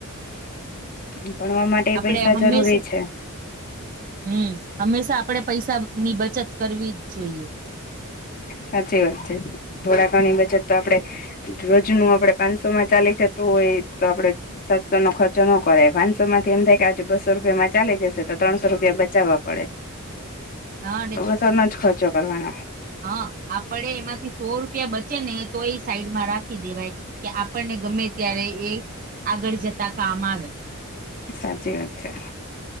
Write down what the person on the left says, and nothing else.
ભણવા માટે
પૈસા
જરૂરી છે.
સાચી વાત છે, થોડા ઘણી બચત તો આપડે રોજ ન આપડે પાંચસોમા ચાલે છે, તો હોય તો આપડે સાતસો નો ખર્ચો ન કરાય પાંચસો માંથી એમ થાય કે બસો રૂપિયામાં ચાલી જશે, તો ત્રણસો રૂપિયા બચાવવા પડે
તો બસો નો જ ખર્ચો કરવાનો
સાચી વાત છે.